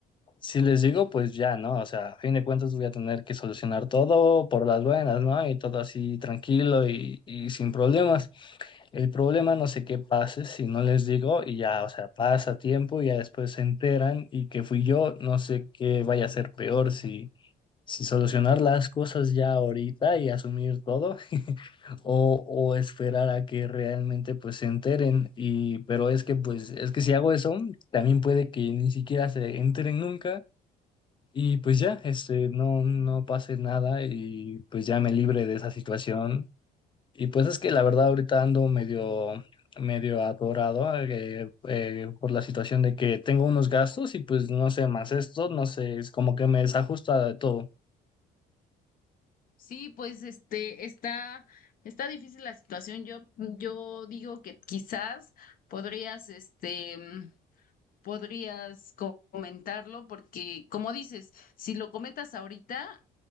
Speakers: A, on the left (about 30°); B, on the left (about 55°).
A: si les digo, pues ya, ¿no? O sea, a fin de cuentas voy a tener que solucionar todo por las buenas, ¿no? Y todo así tranquilo y, y sin problemas. El problema no sé qué pase si no les digo y ya, o sea, pasa tiempo y ya después se enteran y que fui yo, no sé qué vaya a ser peor si si solucionar las cosas ya ahorita y asumir todo <laughs> o, o esperar a que realmente pues se enteren y pero es que pues es que si hago eso también puede que ni siquiera se enteren nunca y pues ya este no no pase nada y pues ya me libre de esa situación y pues es que la verdad ahorita ando medio medio atorado eh, eh, por la situación de que tengo unos gastos y pues no sé más esto no sé es como que me desajusta de todo
B: Sí, pues este está está difícil la situación. Yo yo digo que quizás podrías este podrías co- comentarlo porque, como dices, si lo comentas ahorita,